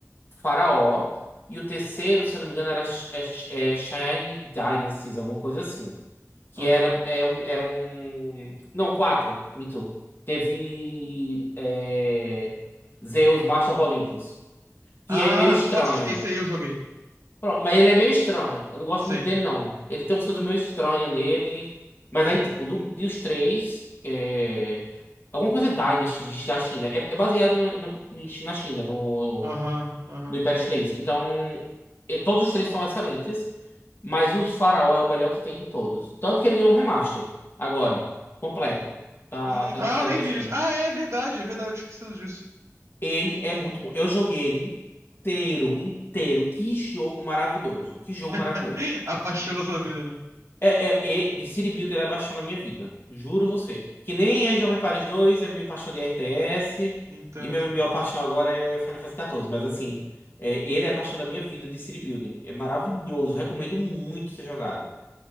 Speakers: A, on the left; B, on the right.
A: Faraó, e o terceiro, se eu não me engano, era Sh- é, Sh- é, Shine Dynasties, alguma coisa assim que
B: Aham.
A: era, é um, era um. Não, quatro, minto. Teve é, Zeus, Master of Olympus, que
B: Ah,
A: é meio estranho.
B: nossa, esse aí eu joguei.
A: Pronto, mas ele é meio estranho. Eu não gosto
B: Sim.
A: muito dele, não. Ele tem umas coisas meio estranhas nele. Mas aí, tipo, do, dos três, é, alguma coisa é Dynasty da China. É, é baseado na, na na China, no,
B: Aham, aham.
A: do Império Chinês. Então, e- todos os três são excelentes, mas o Faraó é o melhor que tem de todos. Tanto que ele ganhou um remaster agora, completo. Tá
B: Hum,
A: até
B: ah,
A: saindo
B: eu nem
A: na
B: vi
A: Steam.
B: isso. Ah, é verdade, é verdade, eu esqueci disso.
A: Ele é muito bom. Eu joguei ele inteiro, inteiro. Que jogo maravilhoso. Que jogo
B: <laughs>
A: maravilhoso.
B: A paixão da sua vida, né?
A: É, é, é, de City Builder é paixão da minha vida. Juro você. Que nem é Jovem Paris 2 é minha paixão de RTS.
B: Entendo.
A: E minha maior paixão agora é Final Fantasy XIV. Mas assim, é, ele é a paixão da minha vida de City Building. É maravilhoso. Recomendo muito ser jogado.